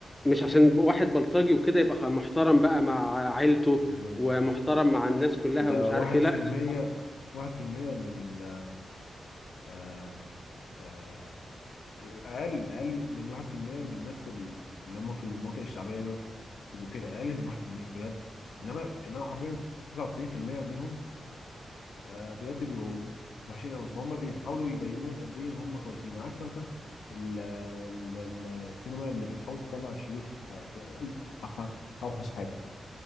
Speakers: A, on the left; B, on the left.
A: مش عشان واحد بلطجي وكده يبقى خ- محترم بقى مع عيلته
B: بالظبط.
A: ومحترم مع الناس كلها
B: ده
A: ومش
B: واحد
A: عارف ايه
B: في
A: لا
B: المية
A: ده
B: واحد في المية من ال آه، آه، اقل اقل من 1% من الناس ال- اللي هم في المناطق الشعبيه دول يبقوا كده اقل من 1% بجد انما انما حرفيا 99% منهم آه، بجد بيبقوا وحشين قوي فهم بيحاولوا يبينوا لك قد ايه هم كويسين عكس مثلا ال- ال- ال- السينما اللي بتحاول تطلع الشيوخ آه، بأي- أوح- اوحش حاجه